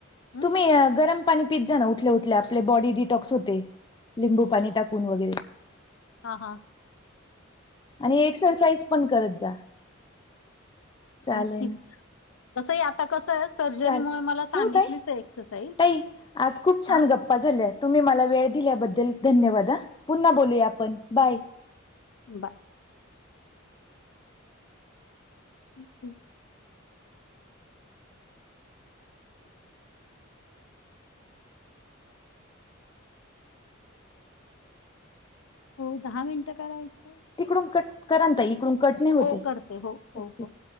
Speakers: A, on the left; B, on the left.
A: हं,
B: तुम्ही गरम पाणी पीत जा ना उठल्या उठल्या आपले बॉडी डिटॉक्स होते लिंबू पाणी टाकून वगैरे
A: हा हा
B: आणि एक्सरसाइज पण करत जा चालेल.
A: नक्कीच तसं आता कसं आहे सर्जरी
B: चालेल.
A: मुळे मला
B: ठेवू
A: सांगितलीच
B: ताई?
A: आहे एक्सरसाइज
B: ताई आज खूप छान
A: हां,
B: गप्पा झालेय तुम्ही मला वेळ दिल्याबद्दल धन्यवाद हा पुन्हा बोलूया आपण बाय
A: बाय हक <unintelligible> हो दहा मिनटं करायचंय
B: तिकडून कट कराल काय इकडून कट नाही होत
A: हो
B: आहे
A: करते हो हो
B: ओके.
A: हो